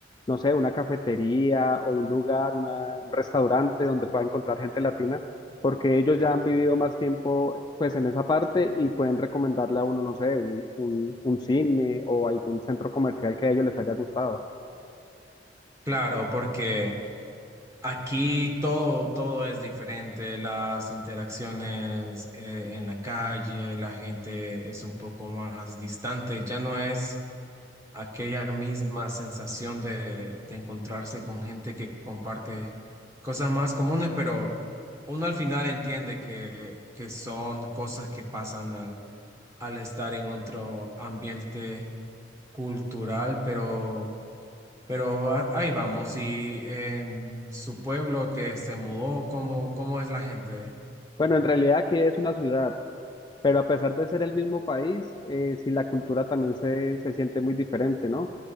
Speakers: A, on the left; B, on the right.
A: no sé, una cafetería o un lugar, una- un restaurante donde pueda encontrar gente latina, porque ellos ya han vivido más tiempo pues en esa parte y pueden recomendarle a uno, no sé, un, un, un cine o algún centro comercial que a ellos les haya gustado.
B: Claro, porque aquí todo, todo es diferente, las interacciones eh, en la calle, la gente es un poco más distante, ya no es aquella misma sensación de, de encontrarse con gente que comparte cosas más comunes, pero uno al final entiende que, que son cosas que pasan al, al estar en otro ambiente cultural, pero, pero a- ahí vamos. Y en su pueblo que se mudó, ¿cómo, cómo es la gente?
A: Bueno, en realidad aquí es una ciudad, Pero a pesar de ser el mismo país, eh, sí la cultura también se, se siente muy diferente, ¿no?